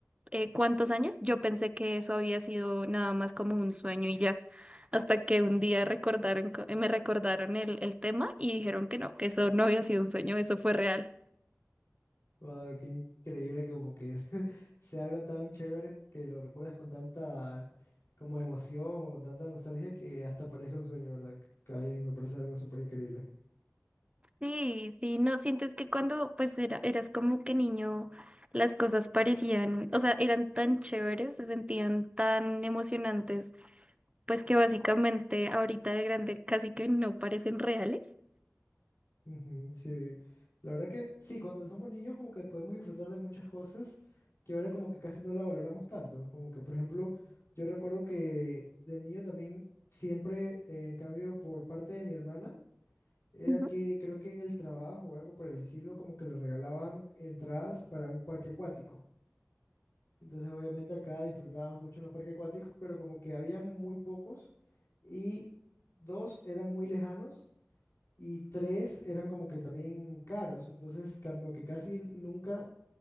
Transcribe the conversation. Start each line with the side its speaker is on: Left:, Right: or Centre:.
Right: eh, cuantos años yo pensé que eso había sido nada más como un sueño y ya, hasta que un día recordaron, co- eh, me recordaron el, el tema y dijeron que no, que eso no había sido un sueño, eso fue real.
Left: Wow, qué increíble que como que es- <laughs> sea algo tan chévere que lo recuerdas con tanta como emoción o con tanta nostalgia que hasta parezca un sueño, ¿verdad? Que ahí me parece algo súper increíble.
Right: Sí, sí, no sientes que cuando pues era- eras como que niño las cosas parecían, o sea, eran tan chéveres, se sentían tan emocionantes, pues que básicamente ahorita de grande casi que no parecen reales.
Left: Ujú, sí, la verdad que sí, cuando somos niños como que podemos disfrutar de muchas cosas que ahora como que casi no la valoramos tanto. Como que, por ejemplo, yo recuerdo que de niño también siempre, eh, en cambio, por parte de mi hermana, Era
Right: Ujú.
Left: que creo que en el trabajo o algo por el estilo, como que le regalaban entradas para un parque acuático. Entonces, obviamente acá disfrutábamos mucho los parques acuáticos, pero como que habían muy pocos y dos eran muy lejanos y tres eran como que también caros. Entonces, como que casi nunca,